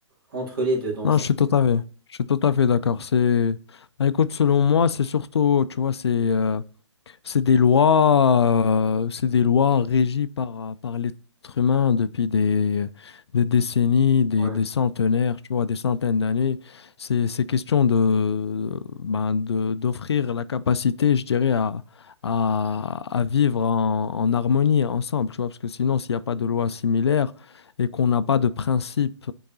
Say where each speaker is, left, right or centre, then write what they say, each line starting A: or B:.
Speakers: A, on the right (about 50°); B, on the left (about 60°).
A: entre les deux. Donc,
B: Non,
A: c'est
B: je
A: un
B: suis tout
A: peu ça.
B: à fait, je suis tout à fait d'accord. C'est, ben, écoute, selon moi, c'est surtout, tu vois, c'est, euh, C'est des lois, euh, c'est des lois régies par, par l'être humain depuis des, des décennies, des,
A: Ouais.
B: des centenaires, tu vois, des centaines d'années. C'est, c'est question de, ben, de, d'offrir la capacité, je dirais, à, à, à vivre en, en harmonie ensemble, tu vois, parce que sinon, s'il n'y a pas de loi similaire et qu'on n'a pas de principes